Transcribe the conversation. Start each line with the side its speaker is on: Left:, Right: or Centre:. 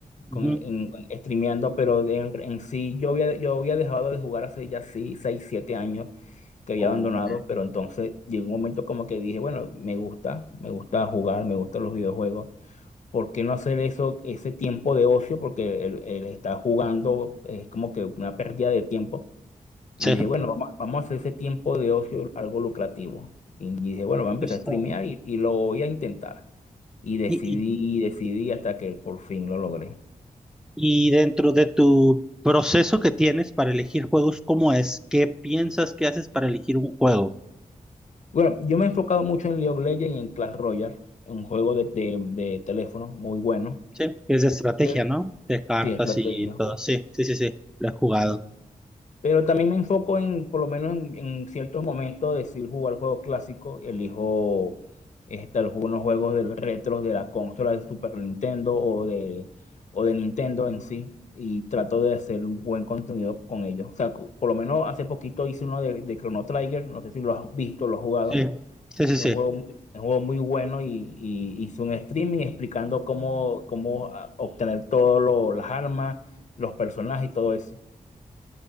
Left: con,
Centre: Ujú.
Left: en, streameando, pero en, en sí yo había, yo había dejado de jugar hace ya sí, seis, siete años que había
Centre: Ok.
Left: abandonado, pero entonces llegó un momento como que dije, bueno, me gusta, me gusta jugar, me gustan los videojuegos. ¿Por qué no hacer eso, ese tiempo de ocio? Porque él, él está jugando, es como que una pérdida de tiempo. Y
Centre: Sí.
Left: dije, bueno, vamos, vamos a hacer ese tiempo de ocio algo lucrativo. Y dije, bueno, voy a empezar
Centre: Está
Left: a streamear y, y lo voy a intentar. Y decidí,
Centre: Y,
Left: y decidí hasta que por fin lo logré.
Centre: y, y dentro de tu proceso que tienes para elegir juegos, ¿cómo es? ¿Qué piensas que haces para elegir un juego?
Left: Bueno, yo me he enfocado mucho en League of Legends y en Clash Royale, un juego de, de- de teléfono muy bueno.
Centre: Sí, que es de estrategia,
Left: pero
Centre: ¿no? De cartas
Left: Sí, estrategia.
Centre: y todo. Sí, sí, sí, sí. Lo he jugado.
Left: Pero también me enfoco en, por lo menos en, en ciertos momentos, decir jugar juegos clásicos. Elijo este, algunos juegos del retros de la consola de Super Nintendo o de, o de Nintendo en sí. Y trato de hacer un buen contenido con ellos. O sea, cu- por lo menos hace poquito hice uno de, de Chrono Trigger. No sé si lo has visto, lo has jugado.
Centre: Sí, sí, sí,
Left: Es
Centre: sí.
Left: un juego, es un juego muy bueno y, y hice un streaming explicando cómo, cómo ah, obtener todas las armas, los personajes y todo eso.